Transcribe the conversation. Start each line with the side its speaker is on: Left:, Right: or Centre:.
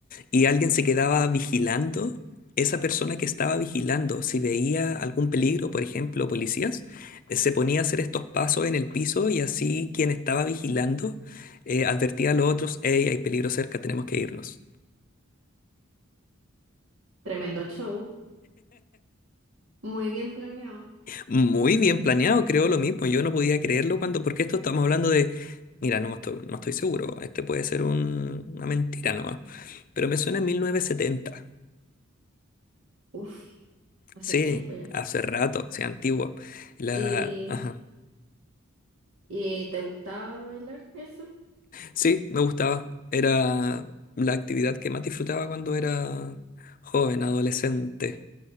Left: y alguien se quedaba vigilando, esa persona que estaba vigilando, si veía algún peligro, por ejemplo, policías, eh, se ponía a hacer estos pasos en el piso y así quien estaba vigilando eh, advertía a los otros, hey, hay peligro cerca, tenemos que irnos.
Right: Tremendo show. Muy bien planeado.
Left: Muy bien planeado, creo lo mismo. Yo no podía creerlo cuando, porque esto estamos hablando de, mira, no, me estoy, no estoy seguro, este puede ser un- una mentira nomás, pero me suena a mil novecientos setenta
Right: Uf, hace
Left: sí,
Right: tiempo ya.
Left: hace rato, sí, antiguo. La,
Right: ¿Y,
Left: ajá.
Right: y te gustaba bailar eso?
Left: Sí, me gustaba, era la actividad que más disfrutaba cuando era joven, adolescente.